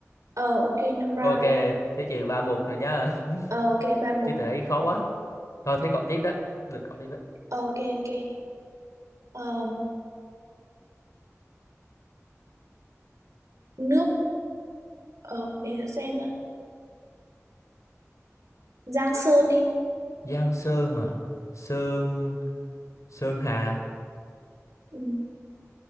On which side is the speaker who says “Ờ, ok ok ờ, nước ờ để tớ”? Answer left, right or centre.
Right